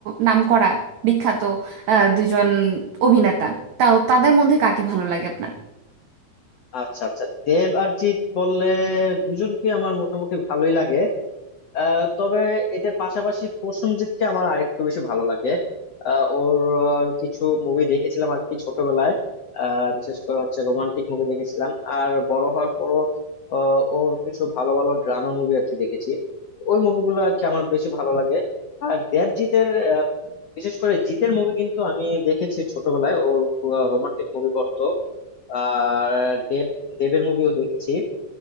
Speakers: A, on the right; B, on the left.
A: নামকরা বিখ্যাত আহ, দুইজন অভিনেতা তাও তাদের মধ্যে কাকে ভালো লাগে আপনার
B: আচ্ছা আচ্ছা দেব আর জিৎ বললে দুজনকে আমার মোটামুটি ভালোই লাগে আহ, তবে এদের পাশাপাশি প্রসেনজিৎকে আমার আরেকটু বেশি ভালো লাগে আহ, ওর আহ, কিছু মুভি দেখেছিলাম আর কি ছোটবেলায় আহ, বিশেষ করে হচ্ছে রোমান্টিক মুভি দেখেছিলাম আর বড় হওয়ার পরও আহ, ওর কিছু ভালো ভালো ড্রামা মুভি আর কি দেখেছি ওই মুভিগুলো আর কি আমার বেশি ভালো লাগে আর দেবজিতের আহ, বিশেষ করে জিতের মুভি কিন্তু আমি দেখেছি ছোটবেলায় ও রোমান্টিক মুভি করতো আর দেব দেবের মুভিও দেখেছি